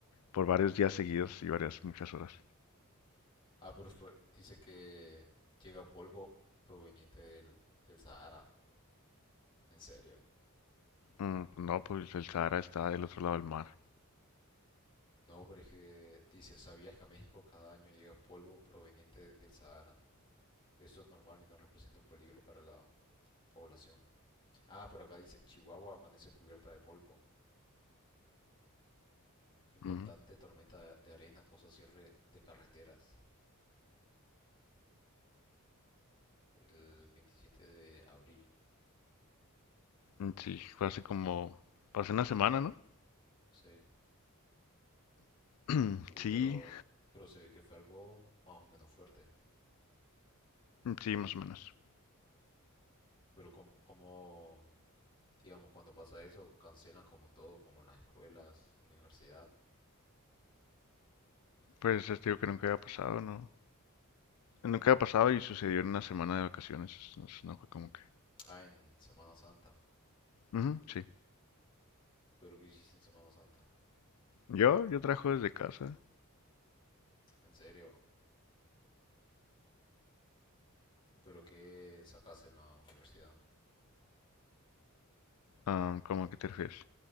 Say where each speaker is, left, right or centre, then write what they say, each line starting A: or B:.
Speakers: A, on the left (about 80°); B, on the left (about 20°).
A: por varios días seguidos y varias, muchas horas.
B: Ah, pero esto dice que llega polvo proveniente del, del Sahara. En serio.
A: Mm, pues, no, pues el Sahara está del otro lado del mar.
B: No, pero es que dice, ¿sabías que a México cada año llega polvo proveniente del Sahara? Esto es normal y no representa un peligro para la población. Ah, pero acá dice, Chihuahua amanece cubierta de polvo. Impactante
A: Ujú.
B: tormenta de arena causa cierre de carreteras el 27 de abril.
A: Mm, Sí, fue hace como, pasé una semana, ¿no?
B: Sí.
A: <clears throat>
B: Uy,
A: Sí,
B: pero, pero se ve que fue algo más o menos fuerte.
A: sí, más o menos.
B: Pero como, como, digamos, cuando pasa eso, cancelan como todo, como en las escuelas, universidad.
A: Pues es digo que nunca había pasado, ¿no? Nunca había pasado y sucedió en una semana de vacaciones. entonces No fue como que.
B: Ah, en Semana Santa.
A: Ujú, sí.
B: Pero ¿qué hiciste en Semana Santa?
A: Yo, yo trabajo desde casa.
B: En serio. ¿Pero qué sacaste en la universidad?
A: Ah, ¿cómo a qué te refieres?